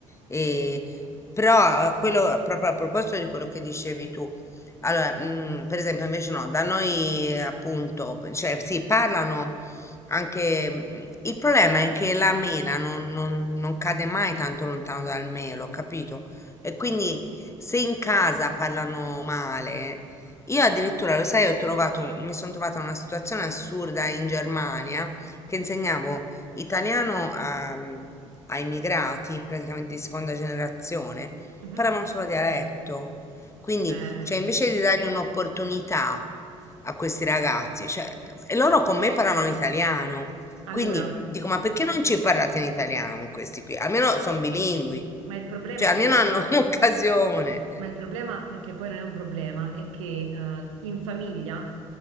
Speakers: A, on the left; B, on the right.
A: E, però eh, quello, proprio a proposito di quello che dicevi tu, allora, mm, per esempio invece no, da noi eh, appunto, cioè sì, parlano anche, mm, il problema è che la mela non, non- non cade mai tanto lontano dal melo, capito? E quindi se in casa parlano male, io addirittura, lo sai, ho trovato, mi sono trovata in una situazione assurda in Germania che insegnavo italiano a, a immigrati, praticamente di seconda generazione,
B: Mhm.
A: parlavano solo dialetto. Quindi,
B: Eh,
A: cioè, invece di dargli un'opportunità a questi ragazzi, cioè, e loro con me parlavano italiano.
B: allora,
A: Quindi dico, ma perché non ci parlate in italiano con questi qui? Almeno sono bilingui,
B: ma il problema
A: cioè
B: è
A: almeno
B: che
A: hanno <laughs> un'occasione.
B: Ma il problema, che poi non è un problema, è che eh, in famiglia,